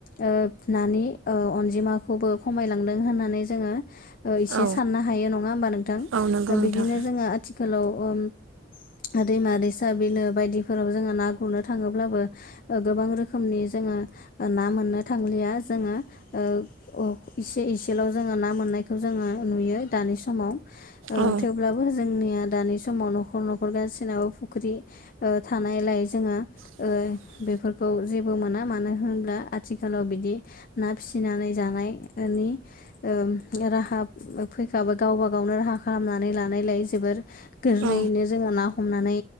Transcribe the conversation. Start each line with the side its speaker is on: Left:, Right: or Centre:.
Left: ओ नानि ओ अनजिमाखौबो खमायलांदों होननानै जोंङो ओ एसे
Right: औ
Left: साननो हायो नंङा होमबा नोंथां
Right: औ नंगौ नोंथां
Left: बिदिनो जोंङो आथिखालाव ओम दैमा दैसा बिलो बायदिफोराव जोंङो ना गुरनो थांङोब अब्लाबो ओ गोबां रोखोमनि जोंङो ना मोननो थांलिया जोंङो ओ इसे इसेल' जोंङो ना मोननायखौ जोंङो नुयो दानि समाव। ओ
Right: औ
Left: थेवब्लाबो जोंनिया दानि समाव न'खर न'खर गासिनावबो फुख्रि थानायलाय जोंङो
Right: <inaudible>
Left: बेफोरखौ जेबो मोना मानो होनब्ला आथिखालाव बिदि ना फिसिनानै जानायनि दि ओ राहा फैखाबा गावबा गावनो राहा खालामनानै लानायलाय जोबोर गोरलैयैनो
Right: औ
Left: जोंङो ना हमनानै